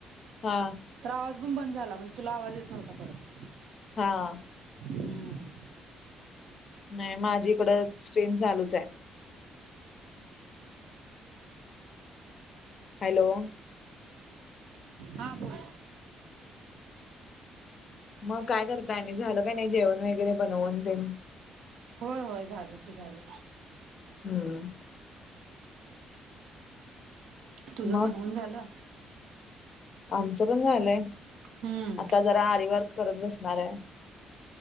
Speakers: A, on the left (about 50°); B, on the right (about 80°).
A: हा.
B: तर आवाज पण बंद झाला म्हणजे तुला आवाज येत नव्हता परत.
A: हा.
B: हम्म
A: नाही माझी ईकडं स्क्रीन चालूच आहे. हॅलो.
B: हा बोल.
A: मग, काय करताय झालं काय नाही जेवण वगैरे बनवून तेन
B: होय होय झालं की झालं.
A: हम्म.
B: तुझं
A: मग
B: बनवून झालं.
A: आमचं पण झालंय.
B: हम्म
A: आता जरा आरीवर्क करत बसणार आहे